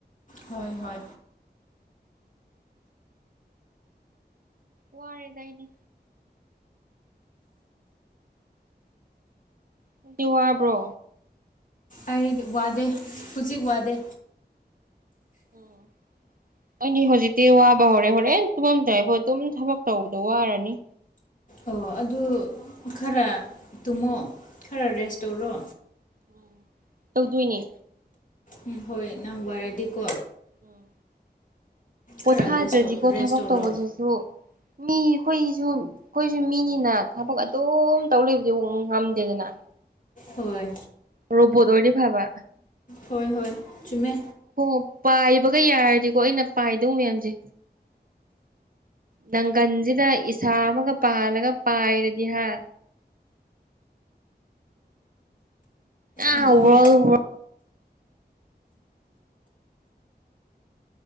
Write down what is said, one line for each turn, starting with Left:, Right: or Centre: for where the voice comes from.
Left: ꯍꯣꯏ ꯍꯣꯏ
Right: ꯋꯥꯔꯦꯗ ꯑꯩꯗꯤ ꯅꯪꯗꯤ ꯋꯥꯕ꯭ꯔꯣ
Left: ꯑꯩ ꯋꯥꯗꯦ ꯍꯨꯖꯤꯛ ꯋꯥꯗꯦ
Right: ꯑꯣ ꯑꯩꯗꯤ ꯍꯧꯖꯤꯛꯇꯤ ꯋꯥꯕ ꯍꯧꯔꯦ ꯍꯣꯔꯦꯟ ꯇꯨꯝꯂꯝ ꯇꯏꯐꯥꯎ ꯑꯗꯨꯝ ꯊꯕꯛ ꯇꯧꯕꯗꯣ ꯋꯥꯔꯅꯤ
Left: ꯑꯣ ꯑꯗꯨ ꯈꯔ ꯇꯨꯝꯃꯣ ꯈꯔ ꯔꯦꯁ ꯇꯧꯔꯣ
Right: ꯎꯝ ꯇꯧꯗꯣꯏꯅꯦ
Left: ꯎꯝ ꯍꯣꯏ ꯅꯪ ꯋꯥꯔꯗꯤꯀꯣ
Right: ꯎꯝ ꯄꯣꯊꯥꯗ꯭ꯔꯗꯤꯀꯣ
Left: ꯈꯔ ꯋꯦꯁ ꯇꯧ ꯔꯦꯁ
Right: ꯊꯕꯛ
Left: ꯇꯧꯔꯣ
Right: ꯇꯧꯕꯗꯨꯁꯨ ꯃꯤ ꯑꯩꯈꯣꯏꯁꯨ ꯑꯩꯈꯣꯏꯁꯨ ꯃꯤꯅꯤꯅ ꯊꯕꯛ ꯑꯗꯨꯝ ꯇꯧ ꯂꯩꯕꯗꯤ ꯉꯝꯗꯦꯗꯅ
Left: ꯍꯣꯏ
Right: ꯔꯣꯕꯣꯠ ꯑꯣꯏꯔꯗꯤ ꯐꯕ
Left: ꯍꯣꯏ ꯍꯣꯏ ꯆꯨꯝꯃꯦ
Right: ꯍꯣ ꯄꯥꯏꯕꯒ ꯌꯥꯔꯗꯤꯀꯣ ꯑꯩꯅ ꯄꯥꯏꯗꯧ ꯃꯌꯥꯝꯁꯦ ꯅꯪꯒꯟꯁꯤꯗ ꯏꯁꯥ ꯑꯃꯒ ꯄꯥꯜꯂꯒ ꯄꯥꯏꯔꯗꯤ ꯍꯥ ꯑ
Left: ꯑꯗꯨꯅꯦ
Right: ꯋꯥꯜꯋꯔ